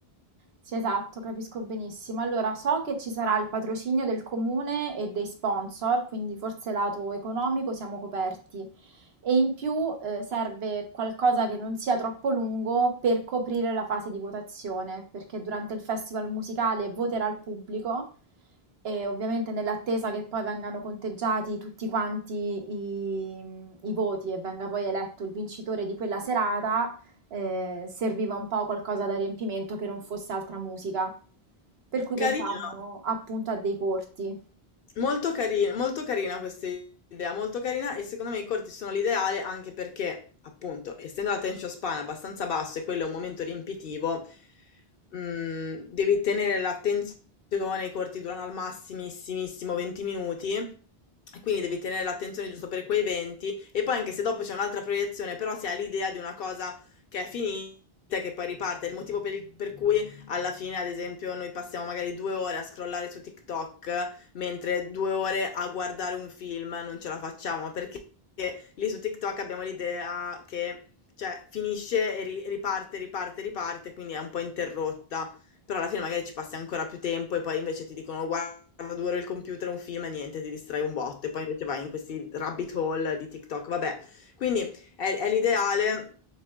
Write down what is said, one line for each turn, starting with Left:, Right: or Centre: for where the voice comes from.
Right: Sì, esatto, capisco benissimo. Allora, so che ci sarà il patrocinio del comune e dei sponsor, quindi forse lato economico siamo coperti e in più eh, serve qualcosa che non sia troppo lungo per coprire la fase di votazione, perché durante il festival musicale voterà il pubblico e ovviamente nell'attesa che poi vengano conteggiati tutti quanti i, i voti e venga poi eletto il vincitore di quella serata, eh, serviva un po' qualcosa da riempimento che non fosse altra musica. Per cui pensavamo
Left: Carino.
Right: appunto a dei corti.
Left: Molto carina, molto carina questa idea, molto carina e secondo me i corti sono l'ideale anche perché, appunto, essendo l'attention span abbastanza basso e quello è un momento riempitivo, mh, devi tenere l'attenzione, i corti durano al massimissimissimo 20 minuti, e quindi devi tenere l'attenzione giusto per quei 20 e poi anche se dopo c'è un'altra proiezione, però si ha l'idea di una cosa che è finita e che poi riparte, è il motivo per il- per cui alla fine, ad esempio, noi passiamo magari due ore a scrollare su TikTok mentre due ore a guardare un film non ce la facciamo, ma perché lì su TikTok abbiamo l'idea che cioè, finisce e ri- riparte, riparte, riparte, quindi è un po' interrotta, però alla fine magari ci passi ancora più tempo e poi invece ti dicono guarda due ore il computer, un film e niente, ti distrai un botto e poi invece vai in questi rabbit hole di TikTok, vabbè, quindi è, è l'ideale